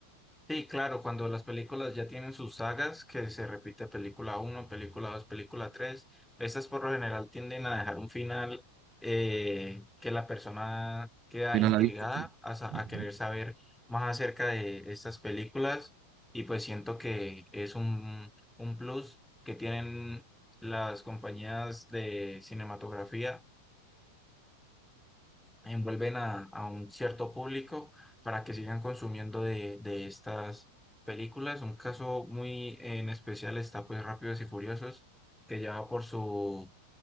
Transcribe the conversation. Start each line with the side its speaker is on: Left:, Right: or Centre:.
Centre: Sí, claro, cuando las películas ya tienen sus sagas, que se repite película uno, película 2, película 3, estas por lo general tienden a dejar un final eh, que la persona queda
Right: ¿Qué
Centre: intrigada
Right: opinas, David?
Centre: a, sa-
Right: Ujú.
Centre: a querer saber más acerca de estas películas y pues siento que es un, un plus que tienen las compañías de cinematografía envuelven a, a un cierto público para que sigan consumiendo de, de estas películas. Un caso muy en especial está pues Rápidos y Furiosos, que ya va por su